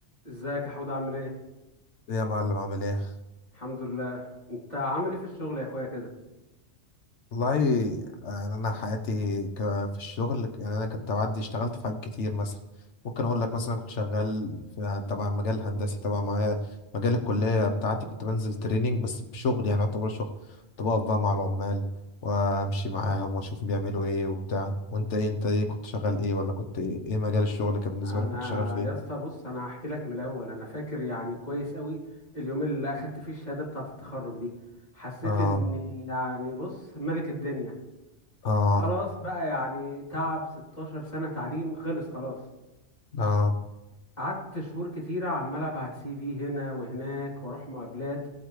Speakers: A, on the left (about 35°); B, on the left (about 80°).
A: ازيك يا حود عامل ايه
B: إيه يا معلم عامل ايه
A: الحمد لله انت عامل ايه في الشغل يا اخويا كده
B: والله يعني انا حياتي ك- في الشغل يعني انا كنت بعدي اشتغلت في حاجات كتير مثلا ممكن اقول لك مثلا كنت شغال في يعني تبع مجال هندسي تبع معايا مجال الكليه بتاعتي كنت بنزل تريننج بس بشغل يعني يعتبر شغل كنت بقف بقى مع العمال وامشي معاهم واشوف بيعملوا ايه وبتاع وانت ايه انت ايه كنت شغال ايه ولا كنت ايه, إيه مجال الشغل كان بالنسبه
A: انا
B: لك كنت شغال في
A: يا
B: ايه
A: اسطى بص انا هحكي لك من الاول انا فاكر يعني كويس قوي اليوم اللي اخدت فيه الشهاده بتاعه التخرج دي حسيت
B: اه
A: اني يعني بص ملك الدنيا
B: اه
A: خلاص بقى يعني تعب 16 سنه تعليم خلص خلاص
B: اه
A: قعدت شهور كتيره عمال ابعت سي في هنا وهناك واروح مقابلات